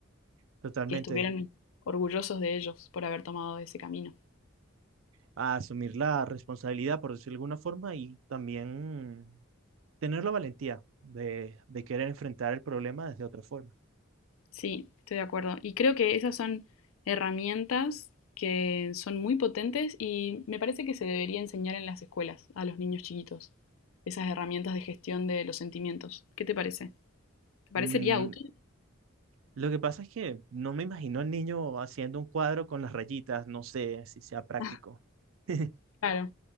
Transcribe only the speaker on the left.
que estuvieran orgullosos de ellos por haber tomado ese camino.
Sí, estoy de acuerdo. Y creo que esas son herramientas que son muy potentes y me parece que se debería enseñar en las escuelas a los niños chiquitos, esas herramientas de gestión de los sentimientos. ¿Qué te parece? ¿Te parecería
útil?
<laughs>
Claro.